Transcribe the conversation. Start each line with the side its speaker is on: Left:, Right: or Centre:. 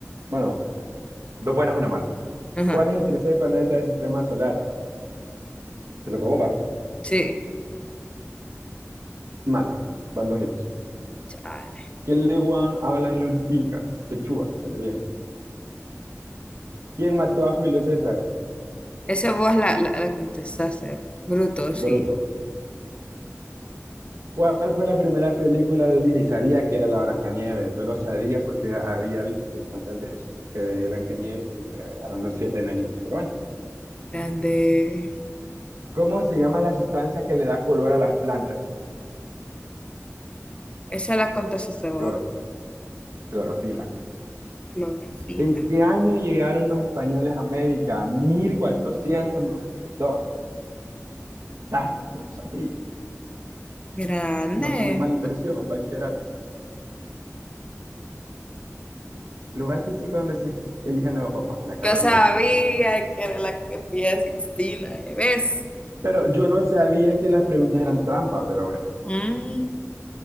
Right: Bueno, dos buenas, una mala.
Left: Ajá.
Right: ¿Cuál es el tercer planeta del sistema solar? Te tocó a vos, va.
Left: Sí,
Right: Mala. Van dos y dos.
Left: chale.
Right: ¿Qué lengua hablan los incas? Quechua, te salió bien. ¿Quién mató a Julio César? Yes.
Left: Esa voz la, la, la contestaste. Bruto,
Right: Bruto.
Left: sí.
Right: ¿Cuál fue la primera película de Disney? Sabía que era la Blancanieves. Yo lo sabía porque había visto un documental de eso acerca de Blancanieves y después agregaron los siete enanitos. Pero bueno,
Left: Grande.
Right: ¿cómo se llama la sustancia que le da color a las plantas?
Left: Esa la contestaste vos.
Right: Cloro, clorofila.
Left: Clorofila.
Right: ¿En qué año llegaron los españoles a América? 1492. Ah, yo lo sabía.
Left: Grande.
Right: No fue una mala inversión el bachillerato. Lugar físico donde se elige a nuevo papá, la
Left: Yo
Right: Capilla
Left: sabía
Right: Sixtina.
Left: que era la que pide Sixtina, ¿ya ves?
Right: Pero yo no sabía que las preguntas eran trampa, pero bueno.
Left: Mm.